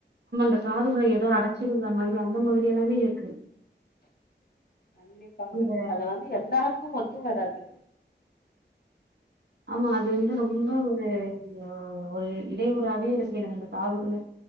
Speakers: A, on the right; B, on the left.
A: <unintelligible> காதுகுள்ள ஏதோ அட மாதிரி அந்த மாதிரி எல்லாமே இருக்கு
B: கண்டிப்பாக
A: இந்த
B: அது வந்து எல்லாருக்கும் ஒத்து வராது
A: ஆமா அது வந்து ரொம்ப ஒரு உம் ஒரு இடையூறாவே இருக்கு எனக்கு அந்த காதுகள்ள